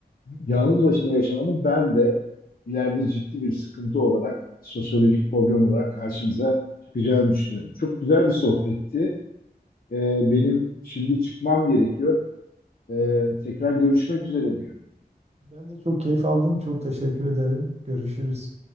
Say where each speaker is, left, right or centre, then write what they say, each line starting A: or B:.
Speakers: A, on the left; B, on the right.
A: yalnız başına yaşamanın ben de ileride ciddi bir sıkıntı olarak sosyolojik problem olarak karşımıza çıkacağını düşünüyorum. Çok güzel bir sohbetti. Ee, benim şimdi çıkmam gerekiyor. Ee, tekrar görüşmek üzere diyorum.
B: Ben de çok keyif aldım. Çok teşekkür ederim. Görüşürüz.